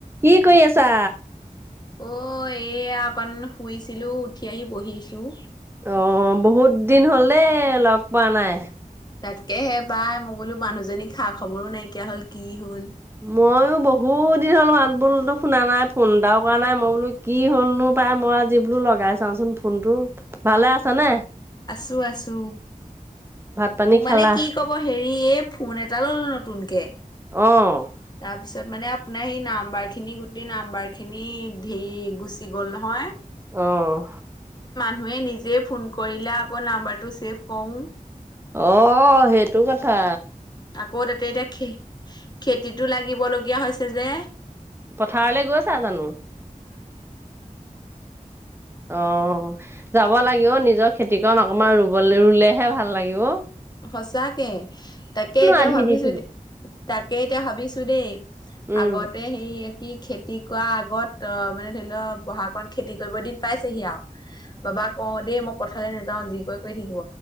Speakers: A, on the right (about 15°); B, on the left (about 30°).
A: কি কৰি আছা?
B: অ' এয়া অকন শুইছিলোঁ উঠি আহি বহিছোঁ।
A: অ' বহুত দিন হ'ল দেই লগ পোৱা নাই।
B: তাকে হে বাই মই বোলো মানুহজনীক খা খবৰো নাইকিয়া হ'ল কি হ'ল।
A: ময়ো বহুত দিন হ'লো <unintelligible> বোলো শুনা নাই ফোন এটাও কৰা নাই মই বোলো কি হ'লনো। পাই মই যি বোলো লগাই চাওঁচোন ফোনটো, ভালে আছা নে?
B: আছোঁ আছোঁ,
A: পানী
B: উম,
A: খালা?
B: মানে কি ক'ব হেৰি হেৰি এই ফোন এটা ল'লো নতুনকে।
A: অ'।
B: তাৰ পিছত মানে আপোনাৰ সেই নাম্বাৰ খিনি গোটেই নাম্বাৰ খিনি ধেৰ গুচি গ'ল নহয়।
A: আহ।
B: মানুহে নিজে ফোন কৰিলে আকৌ নাম্বাৰটো চছেভ কৰো।
A: অ, সেইটো কথা।
B: আকৌ তাতে এতিয়া খে, খেতিতো লাগিব লগগীয়া হৈছে যে।
A: পথাৰলৈ গৈছা জানো। অ, যাব লাগিব নিজৰ খেতিক আমাৰ ৰুব, ৰুলেহে ভাল লাগিব।
B: সচাকে তাকে এতিয়া
A: আধি
B: ভাবিছো
A: দি থাকিবা।
B: দ, তাকে এতিয়া ভাবিছো দেই।
A: উম,
B: আগতে সেই কি খেতি কৰা আগত অ, মানে ধৰি লোৱা বহাগাকণ খেতি কৰিব দিন পাইছেহি আৰু। বাবা কওঁ দেই, মই পথাললৈ নাযাও। যি কৰি, কৰি থাকিব